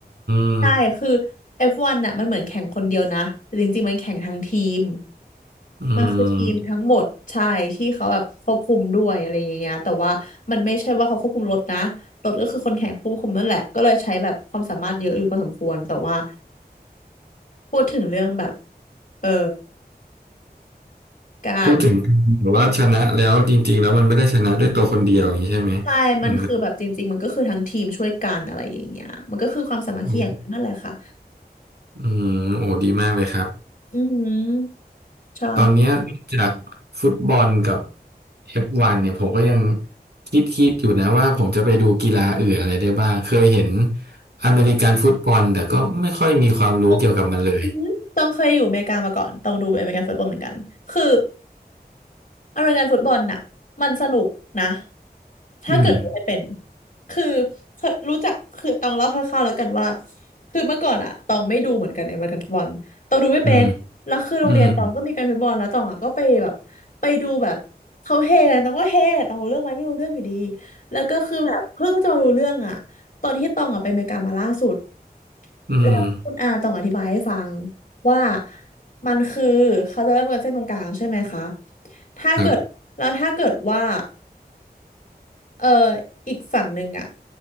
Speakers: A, on the right; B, on the left.
A: ม
B: ใช่คือ F1 นน่ะมันเหมือนแข่งคนเดียวนะแต่จริงๆมันแข่งทั้งทีม
A: อืม
B: มันคือทีมทั้งหมดใช่ที่เขาแบบควบคุมด้วยอะไรอย่างเงี้ยแต่ว่ามันไม่ใช่ว่าเขาควบคุมรถนะรถก็คือคนแข่งควบคุมนั่นแหละก็เลยใช้แบบความสามารถเยอะอยู่พอสมควรแต่ว่า พูดถึงเรื่องแบบเอ่อการ
A: พูดถึงหรือว่าชนะแล้วจริงๆแล้วมันไม่ได้ชนะด้วยตัวคนเดียวอย่างนี้ใช่ไหม
B: ใช่มันคือแบบจริงๆมันก็คือทั้งทีมช่วยกันอะไรอย่างเงี้ยมันก็คือความสามัคคีอย่างนั้นนั่นแหละค่ะ
A: อืม อืมโอ้ดีมากเลยครับ
B: อือหือใช่
A: ตอนเนี้ยนอกจากฟุตบอลกับ F1 เนี่ยผมก็ยังคิดคิดอยู่นะว่าผมจะไปดูกีฬาอื่นอะไรได้บ้างเคยเห็นอเมริกันฟุตบอลแต่ก็ไม่ค่อยมีความรู้เกี่ยวกับมันเลย
B: ต้องอือหือต้องเคยอยู่อเมริกามาก่อน ต้องดูอเมริกันฟุตบอลเหมือนกันคือ อเมริกันฟุตบอลน่ะมันสนุกนะถ้าเกิดดูให้เป็น
A: อืม
B: คือเคยรู้จักคือต้องเล่าคร่าวๆแล้วกันว่าคือเมื่อก่อนอะตองไม่ดูเหมือนกันในอเมริกันฟุตบอลตองดูไม่เป็นแล้วคือโรงเรียนตองก็มีการฟุตบอลแล้วตองอะก็ไปแบบไปดูแบบเขาเฮกันตองก็เฮตองรู้เรื่องไหมไม่รู้เรื่องอยู่ดี
A: อืมอืม
B: แล้วก็คือแบบเพิ่งจะมารู้เรื่องอะตอนที่ตองอะไปอเมริกามาล่าสุด
A: อืม
B: แล้วคุณอาต้องอธิบายให้ฟังว่ามันคือเขาจะเริ่มกันเส้นตรงกลางใช่ไหมคะถ้าเกิดแล้วถ้าเกิดว่า
A: ครับ
B: เอออีกฝั่งหนึ่งอ่ะ